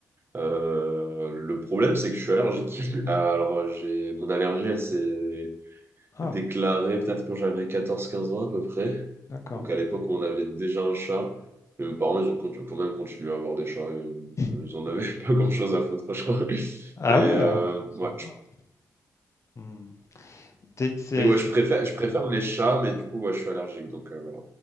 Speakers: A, on the right; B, on the left.
A: Euh, le problème, c'est que je suis allergique. <laughs> Alors, euh, j'ai mon allergie, elle s'est
B: Ah,
A: déclarée peut-être quand j'avais 14-15 ans à peu près.
B: d'accord.
A: Donc, à l'époque, on avait déjà un chat. Mais mes parents, ils ont cont- quand même continué à avoir des chats. Ils
B: <laughs>
A: ils en avaient <laughs> pas grand-chose à foutre, franchement.
B: Ah
A: Et euh,
B: ouais, euh, sympa.
A: ouais,
B: Hmm. T'es- c'est-
A: Mais ouais,
B: c'est-
A: je préfère, je préfère les chats, mais du coup, ouais, je suis allergique, donc euh, voilà.